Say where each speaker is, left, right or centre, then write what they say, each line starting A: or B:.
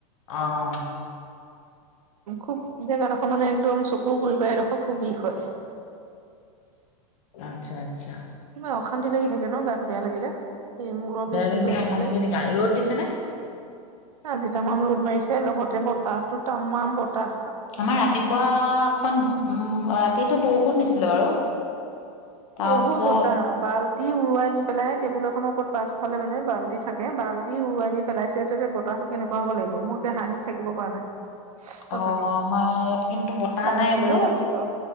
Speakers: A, on the left; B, on the right.
A: অ',
B: খুব জ্বৰ আৰু। মানে একদম চকুৰ গুৰি পৰা এইডোখৰ খুব বিষ হয়।
A: আচ্ছা আচ্ছা।
B: কিবা অশান্তি লাগি থাকে ন গাটো বেয়া লাগিলে। সেই মূৰৰ
A: বেয়া
B: বিষ
A: লাগিলে
B: চিষ হৈ থাকিলে।
A: অশান্তি লাগি থাকে, ৰ'দ
B: উ
A: দিছে নে?
B: আজি দুটামান ৰ'দ মাৰিছে লগতে বতাহটোত তামাম বতাহ।
A: আমাৰ ৰাতিপুৱা অকমান উম, ৰাতিটো বৰষু ষুণ দিছিলে বাৰু। তাৰপিছত
B: বহুত বতাহ বাল ল্টি উৰুৱাই নি পেলাই টেবুল এখনৰ ওপৰত পাছফালে মানে বাল্টি থাকে। বাল্টি উৰুৱাই নি পেলাইছে তেনেহলে বতাহটো কেনেুৱ হব লাগিব! মোৰ এতিয়া হাঁহিত থাকিব পৰা নাই।
A: অ
B: অথনি
A: আমাৰ ইয়াত কিন্তু বতাহ
B: প্লাষ্টিকৰ
A: নাই বাৰু।
B: বাল্টি